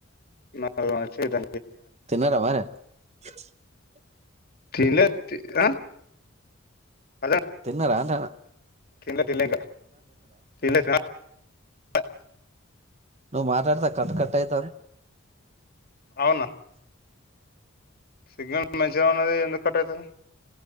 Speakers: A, on the left; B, on the right.
A: నారు వంచి దా
B: తిన్నరా మరే <inaudible>
A: తిన్లే తి ఆ అదే
B: తిన్నరా అంటన్నా
A: తిన్లే తిన్లే ఇంక తిన్లే తినా ఆ
B: నువ్ మాట్లాడతే కట్ కట్ అయితాన్ది
A: అవునా సిగ్నల్ మంచిగనే ఉన్నది ఎందుకు కట్ అయితంది